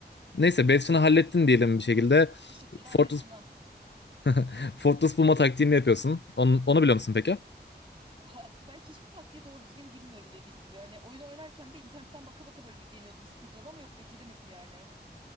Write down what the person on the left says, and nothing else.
Neyse Bastion'u hallettin diyelim bir şekilde.
Fortress
<laughs> Fortress bulma taktiğini yapıyorsun. Onu, onu biliyor musun peki?